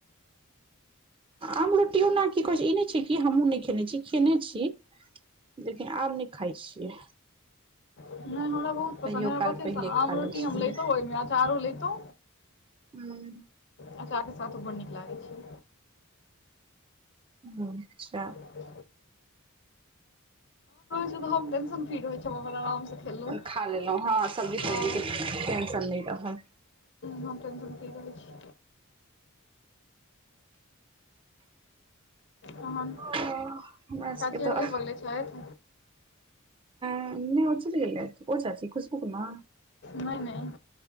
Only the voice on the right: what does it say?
आम रोटी ओना की कहैत छै ई नहि छै कि हमहूँ नहि खेने छी खेने छी। लेकिन आब नहि खाइ छियै।
कहियो
काल
पहिले
खा
लै छलियै
हूँ।
अच्छा।
खा लेलहुँ हँ सब्जी
तब्जीके टेंशन नहि रहल
हमरा
सबके
तऽ
नहि ओ चलि गेलैथ ओ चाची खुशबू के मां,